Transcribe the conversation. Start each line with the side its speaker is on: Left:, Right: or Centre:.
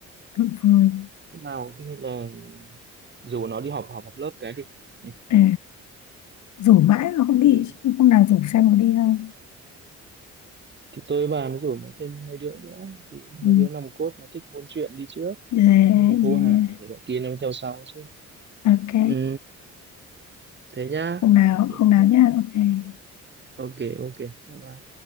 Left: thật vui
Right: Hôm nào khi là dù nó đi họp họp họp lớp cái đi. nhỉ?
Left: Ờ, rủ mãi mà không đi
Right: Ừ.
Left: chứ hôm nào rủ xem có đi không
Right: Thì tôi và mới rủ mấy thêm mấy đứa nữa thì mấy
Left: ừ.
Right: đứa nòng cốt mà thích buôn chuyện đi trước
Left: yeah,
Right: nhưng mà
Left: yeah.
Right: hô hào thì bọn kia nó mới theo sau chứ.
Left: ok
Right: Ừ. Thế nhá.
Left: hôm nào
Right: Ok thế
Left: hôm nào
Right: nhá.
Left: nhá ok
Right: Ok ok. Bye bye.